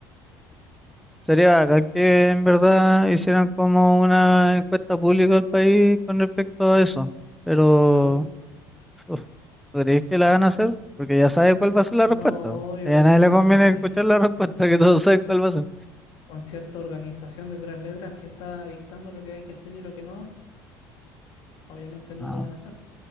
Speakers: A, in the centre; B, on the left.
A: Sería bacán que en verdad hicieran como una encuesta pública al país con respecto a eso, pero
B: No,
A: Uf, ¿tú crees que la van a hacer? Porque ya sabe cuál va a ser la
B: no,
A: respuesta.
B: yo
A: Y a
B: que
A: nadie
B: no,
A: le conviene
B: si
A: escuchar la <laughs> respuesta, que todos saben cuál va a ser.
B: con cierta organización de tres letras que está dictando lo que hay que hacer y lo que no, obviamente no
A: No,
B: lo van a hacer.